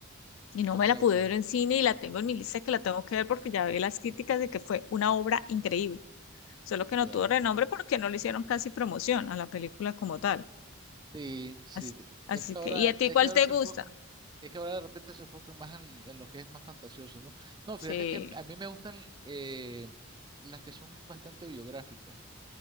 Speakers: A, on the left (about 70°); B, on the right (about 20°).
A: Y no
B: Ah,
A: me
B: la
A: la pude
B: voy.
A: ver en cine y la tengo en mi lista que la tengo que ver porque ya vi las críticas de que fue una obra increíble solo que no
B: Ya.
A: tuvo renombre porque no le hicieron casi promoción a la película como tal.
B: Sí, sí.
A: Así,
B: te-
A: así
B: Es que ahora,
A: que, ¿y a ti
B: es
A: cuál
B: que ahora
A: te
B: se
A: gusta?
B: enfocan, es que ahora de repente se enfocan más en, en lo que es más fantasioso, ¿no? No,
A: Sí,
B: fíjate que a mí me gustan eh, las que son bastante biográficas.